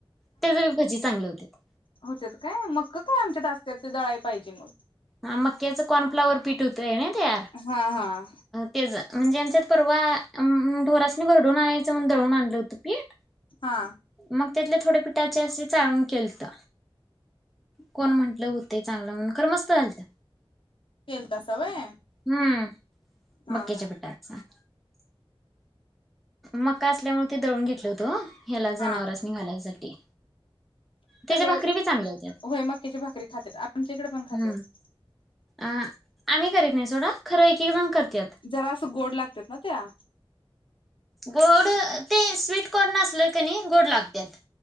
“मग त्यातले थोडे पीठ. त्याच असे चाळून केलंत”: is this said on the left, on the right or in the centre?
Centre